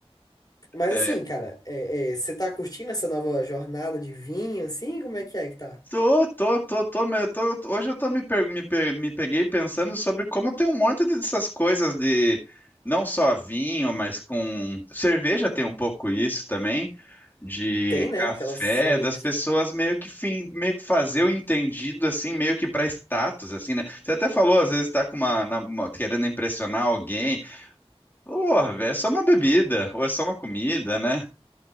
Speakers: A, on the left (about 40°); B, on the left (about 20°).
A: Mas
B: é.
A: assim, cara, é, é, você tá curtindo essa nova jornada de vinho, assim? Como é que é que tá?
B: Tô, tô, tô, tô, me- tô- hoje eu tô me, per- me, pe- me peguei pensando sobre como tem um monte dessas coisas de não só vinho, mas com cerveja tem um pouco isso também, de
A: Tem, né?
B: café,
A: Aquelas cervejas.
B: das pessoas meio que fim, meio que fazer o entendido assim, meio que pra status assim, né? Você até falou, às vezes tá com uma, na- uma- querendo impressionar alguém. Porra, velho, é só uma bebida ou é só uma comida, né?